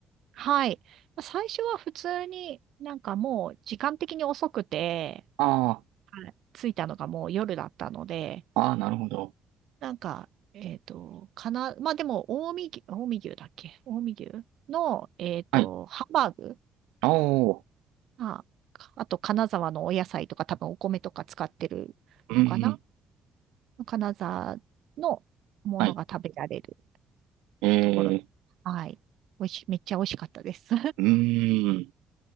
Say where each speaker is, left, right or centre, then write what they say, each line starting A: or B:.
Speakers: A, on the right; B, on the right.
A: はい。まあ最初は普通になんかもう時間的に遅くて、
B: あ
A: はい着いたのがもう夜だったので、
B: あ、ああ、なるほど。
A: なんか、えっと、かな、まあでも、近江牛、近江牛だっけ近江牛の、えっと、
B: はい。
A: ハンバーグ、
B: おー。
A: あ、かあと金沢のお野菜とか多分お米とか使ってるのかな
B: うんうん。
A: 金沢のものが食べられる
B: はい。えー、
A: ところ。はい。おいし、めっちゃ美味しかったです。
B: うーん。なん